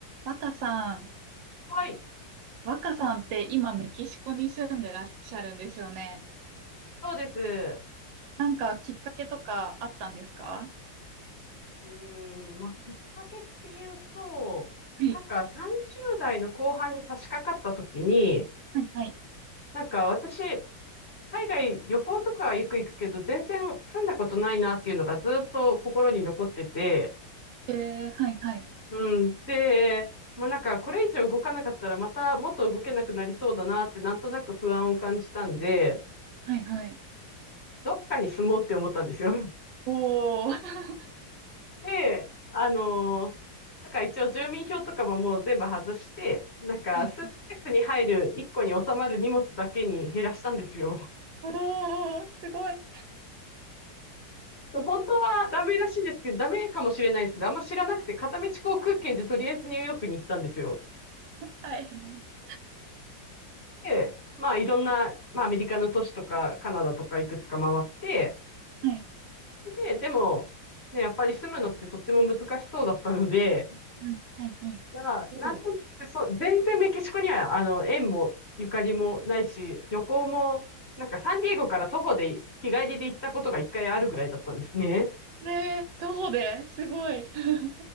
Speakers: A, on the right; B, on the left.
A: 若さん、
B: はい、
A: 若さんって今メキシコに住んでらっしゃるんですよね。
B: そうです。
A: なんかきっかけとかあったんですか
B: うーん、まあ、きっかけっていうと、
A: はい、
B: なんか30代の後半に差し掛かった時に、
A: はいはい。
B: なんか私、海外旅行とかはよく行くけど、全然住んだことないなっていうのがずっと心に残ってて、
A: えー、はいはい。
B: うん、で、まあなんかこれ以上動かなかったらまたもっと動けなくなりそうだなってなんとなく不安を感じたんで、
A: はいはい。
B: どっかに住もうって思ったんですよ。
A: おー。<laughs>
B: で、あのーなんか一応住民票とかももう全部外して、なんかスーツケースに入る1個に収まる荷物だけに減らしたんですよ。
A: はい。おー、すごい。
B: 本当はダメらしいんですけど、ダメかもしれないですけど、あんま知らなくて片道航空券でとりあえずニューヨークに行ったんですよ。
A: はい。
B: で、まあいろんな、まあアメリカの都市とかカナダとかいくつか回って、
A: はい。
B: で、でも、ね、やっぱり住むのってとっても難しそうだったので、
A: うん。はいはい。
B: だからなんとなく、
A: おー。
B: そう、全然メキシコには、あの、縁もゆかりもないし、旅行も、なんかサンディエゴから徒歩で日帰りで行ったことが一回あるぐらいだったんですね。
A: ねえ、徒歩ですごい。<laughs>